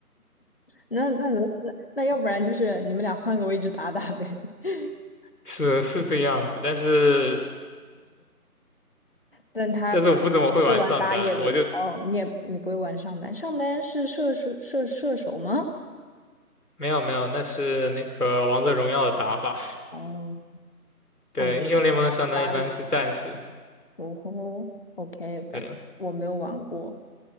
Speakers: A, on the left (about 35°); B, on the left (about 75°).
A: 那那那那要不然就是你们俩换个位置打打呗。<laughs>
B: 是是这个样子。但是
A: 但他不不会玩打野的哦，
B: 但是我不怎么会玩上单，我就
A: 你也你不会玩上单，上单是射手射射手吗？
B: 没有没有，那是那个王者荣耀的打法，
A: 哦
B: 对，
A: 哦，
B: 英雄联盟的上单一般是战士。
A: 你玩了哦吼，OK，反正我没有玩过，
B: 对。